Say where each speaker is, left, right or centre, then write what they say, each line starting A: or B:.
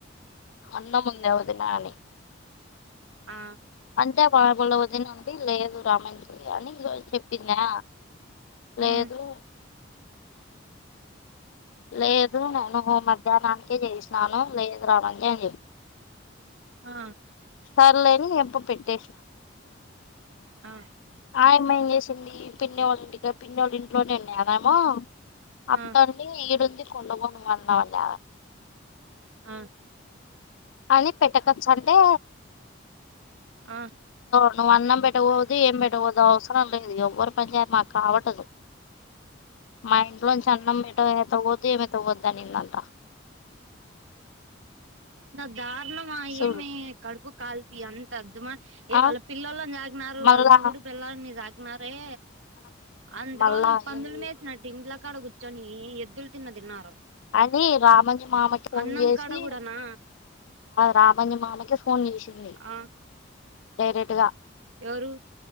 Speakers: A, on the left; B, on the right.
A: అన్నం ఉంద వదిన అని
B: ఆ
A: అంటే బాఒళ్ళ వదిినండి లేదు రామ్య నిజమే చెప్పందా లేదు
B: ఉమ్
A: లే నేను మధ్యాహ్నానికే చేయిసినాను లేదు రామజ అని చెప్పి
B: ఆ
A: సర్లేని ఎంప్ప పెట్ <inaudible>
B: ఆ
A: మేం చేసి పిన్నోళ్ల ఇంటికి ఇట్నేండి అదేమో అత్తడి
B: ఆ
A: ఈడుంది కొండపోమన్నావాట
B: ఆ
A: అని పెట్టకచ్చు అంటే
B: ఆ
A: నువ్వు అన్నం పెట్టకదు ఏం పెట్టకూదు అవసరం లేదు ఎవ్వరు పని చేయారు మాకు కావట్దు మా ఇంట్లోంచి అన్నం ఎటో ఏతవ్వవద్దు ఏమి తవ్వద్ద అనిందంట
B: దా అన్నామా
A: చూడు
B: ఏమి కడుపు కాల్ అ ఎంత అద్మా
A: ఆ
B: వాళ్ళ పిల్లళని సాాగనారు
A: మళ్ళా
B: వాళ్ళ మగ్గుడు పిల్లలని సాాగనారే అన్ని
A: మళ్ళా
B: రోజులు పందులు
A: ఏంది
B: మేచ్చినట్ంది ఇడ్లకాడ కూర్చొని ఎద్దులు తిన్న తిన్నారు
A: అని రామని మామకి ఫోన్
B: అన్నం
A: చేసి
B: కాడ కూడానా
A: రామణ్య మామకే ఫోన్ చేసింది
B: ఆ
A: డైరెక్ట్ గా
B: ఎవరు